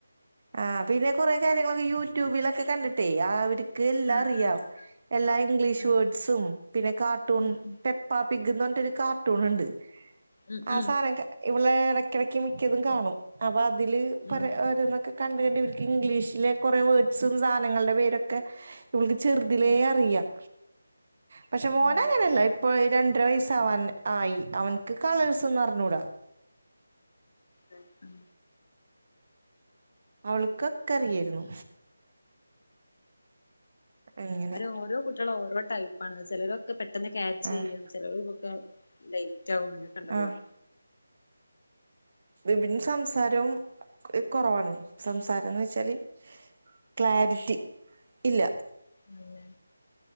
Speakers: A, on the right (about 45°); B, on the left (about 55°).
A: ആ പിന്നെ കാെറേ കാരൃങ്ങളൊക്കെ യൂ ട്യൂബിലൊക്കെ കണ്ടിട്ടേ ആവര് ക്ക് എല്ലാം
B: ആഹ്
A: അറിയാം
B: ആഹ്
A: എല്ലാ ഇംഗ്ലീഷ്
B: ആഹ്
A: വേർഡ്സും, പിന്നെ കാർട്ടൂൺ
B: ഉം ഉം
A: പെപ്പാപ്പിഗ്ഗ്ന്ന് പർഞ് ഒര് കാർട്ടൂണ് ണ്ട്
B: ഉം
A: ആ
B: ഉം
A: സാനങ്ക ഇവളേടെക്കെടയ്‌ക്ക് മി മിക്കതും കാണും അപാ തില്
B: ഉം
A: പറ ഓരാേന്നാെക്ക് കണ്ട്കണ്ട് ഇവര്ക്ക് ഇംഗ്ലീഷിലെ കൊറേ വേർഡ്സും, സാനങ്ങൾടെ പേരൊക്കെ ഇവൾക്ക് ചെറുതിലേ
B: ഉം
A: അറിയാം. പക്ഷേ മോനങ്ങനെയല്ല
B: ആഹ്
A: ഇപ്പൊ രണ്ടര വയസ്സാവാൻ ആയി അവനക്ക് കളേഴ്സ് ഒന്നും അറിഞ്ഞൂടാ.
B: ഉം ഉം
A: അവൾക്കൊക്കെ അറിയായിരുന്നു. അങ്ങനെ
B: അവരോരോ കുട്ടികളും ഓരോ ടൈപ്പാണ് ചിലരൊക്കെ പെട്ട് ട്ടെന്ന് ക്യാച്ച്
A: ആഹ്
B: ചെയ്യും ചിലവരൊക്കെ ലേറ്റാകും അങ്ങനുണ്ടല്ലോ.
A: ആഹ് വിബിൻ സംസാരവും കുറവാണ് സംസാരമെന്ന് വെച്ചാല് ക്ലാരിറ്റി ഇല്ല.
B: അല്ലെ